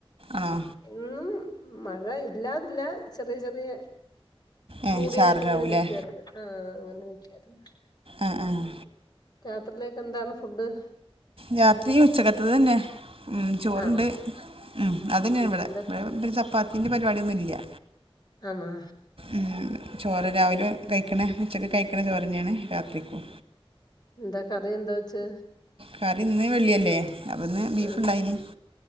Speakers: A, on the right; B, on the left.
A: ആണോ?
B: ഇന്ന് മഴ ഇല്ലാതില്ലാ ചെറിയ ചെറിയ
A: ഏ
B: മൂടിയായിട്ടി-
A: ചാറിലാവൂലേ
B: ങ്ങനെ നിക്കുവായിരുന്ന്. ആഹ് അങ്ങനെ നിക്കുവായിരുന്ന്
A: ആഹ് ആഹ്
B: രാത്രിയിലേക്കെന്താണ് ഫുഡ്?
A: രാത്രി ഉച്ചക്കത്തതെന്നെ. ഉം ചോറ്ണ്ട്
B: ആണോ
A: ഉം അതന്നേണ്
B: ഉം,
A: ഇവ്ടെ.
B: എന്താ
A: ഇവിടെ പിന്നെ ചപ്പാത്തിന്റെ പരിപാടിയൊന്നുല്ല്യ.
B: ആന്നോ
A: ഉം ചോറ് രാവിലെ കയിക്ക്ണ ഉച്ചക്ക് കയിക്കണ ചോറ് തന്നെണ് രാത്രിക്കും.
B: എന്താ കറി എന്താ വെച്ചെ?
A: കറി ഇന്ന് വെള്ളിയല്ലേ അപ്പന്ന് ബീഫ്ണ്ടായ്നി
B: ആ